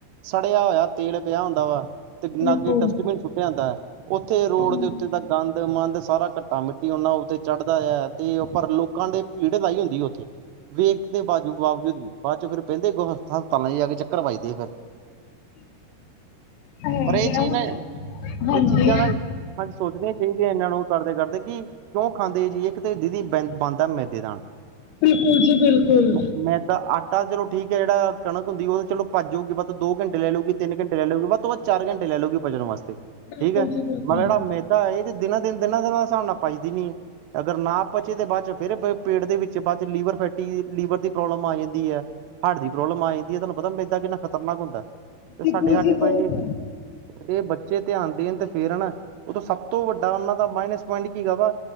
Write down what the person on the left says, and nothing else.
ਬਿਲਕੁਲ
ਹਾਂਜੀ
ਹੈ
ਹੀ
ਹੈ ਹੁਣ
ਹਾਂਜੀ
ਬਿਲਕੁਲ ਜੀ, ਬਿਲਕੁਲ
ਬਿਲਕੁਲ
ਜੀ ਬਿਲਕੁਲ
ਬਿਲਕੁਲ
ਜੀ ਬਹੁਤ
ਹੈ